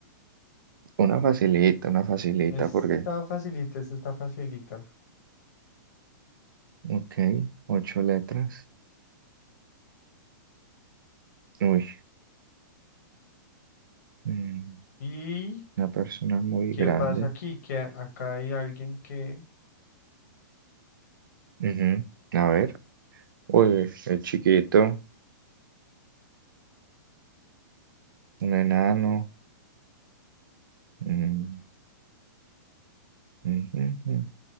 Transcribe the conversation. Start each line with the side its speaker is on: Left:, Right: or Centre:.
Right: una facilita, una facilita,
Left: esta
Right: porque,
Left: está facilita, esta está facilita.
Right: ok, ocho letras. Uy, mm,
Left: ¿Y
Right: una persona muy
Left: qué
Right: grande.
Left: pasa aquí? Que a- acá hay alguien que...
Right: Ujú, A ver, uy, es chiquito, un enano. mm, ujú, ujú,